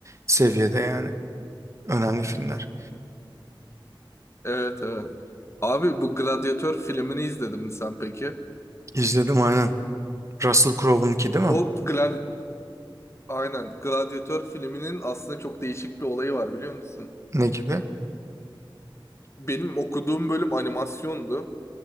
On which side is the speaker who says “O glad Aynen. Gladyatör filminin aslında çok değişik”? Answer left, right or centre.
Left